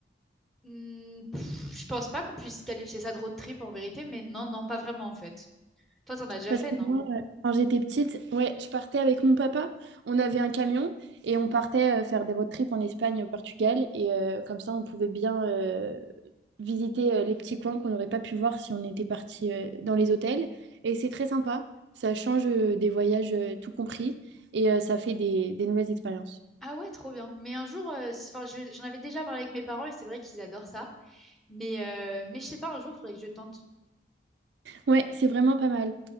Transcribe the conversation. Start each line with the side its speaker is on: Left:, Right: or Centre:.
Centre: Hmm, pff, je pense pas qu'on puisse qualifier ça de road trip en vérité, mais non, non, pas vraiment en fait. Toi, t'en as déjà
Right: Parce
Centre: fait,
Right: que
Centre: non?
Right: moi, euh, quand j'étais petite, ouais, je partais avec mon papa. On avait un camion et on partait euh, faire des road trips en Espagne, au Portugal. Et euh, comme ça, on pouvait bien euh, visiter euh, les petits coins qu'on n'aurait pas pu voir si on était parti euh, dans les hôtels. Et c'est très sympa. Ça change euh, des voyages euh, tout compris et euh, ça fait des, des nouvelles expériences.
Centre: Ah ouais, trop bien. Mais un jour, euh, c- enfin, je- j'en avais déjà parlé avec mes parents et c'est vrai qu'ils adorent ça. Mais, euh, mais je sais pas, un jour, il faudrait que je tente.
Right: Ouais, c'est vraiment pas mal.